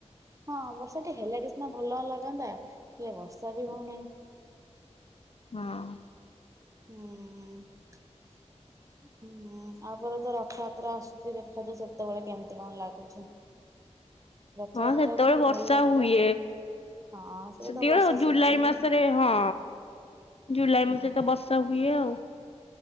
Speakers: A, on the right; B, on the left.
A: ହଁ ବର୍ଷାଟି ହେଲେ ଟିକେ ସିନା ଭଲ ଲାଗନ୍ତା ହେଲେ ବର୍ଷା ବି ହଉନାହିଁ।
B: ହଁ।
A: ହୁଁ। ହୁଁ ଆପରେ ତ ରଥଯାତ୍ରା ଆସୁଛି ଦେଖାଯାଉ ସେତେବେଳେ କେମିତି କଣ ଲାଗୁଛି। ରଥଯାତ୍ରା
B: ହଁ ସେତେବଳେ
A: ଯଦି
B: ବର୍ଷା
A: ଭଲ ଲାଗିବ
B: ହୁଏ।
A: ହଁ ସେଟା
B: ସେତିକବେଳେ
A: ତ ବର୍ଷା ସିଜିନ
B: ଜୁଲାଇ ମାସରେ
A: ନା।
B: ହଁ ଜୁଲାଇ
A: ହୁଁ।
B: ମାସରେ ତ ବର୍ଷା ହୁଏ ଆଉ।